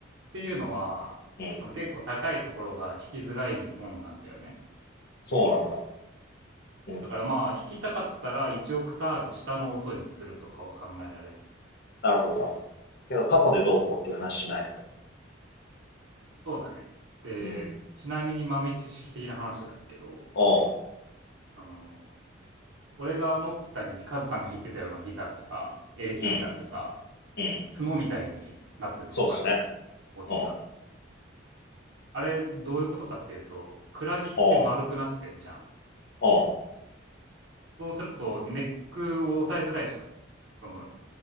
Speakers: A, on the right; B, on the left.
A: ていうのは、
B: うん。
A: その結構高いところが引きづらいもんなんだよね。
B: そうなんだ。うん。
A: だからまあ、弾きたかったら1オクターブ下の音にするとかは考えられる。
B: なるほど、なるほど。けど、カポでどうこうっていう話じゃないのか。
A: そうだね。で、
B: うん。
A: ちなみに豆知識的な話だけど、
B: おう。
A: あの、俺が持ってたり、カズさんが弾いてたようなギターってさ、エレキギターってさ、
B: うん。うん。
A: 角みたいになってんのわかる
B: そうですね。
A: ボディが。
B: うん。
A: あれ、どういうことかっていうと、クラギって丸くなってんじゃん。
B: おう。おう。
A: そうすると、ネックを押さえづらいじゃん。その、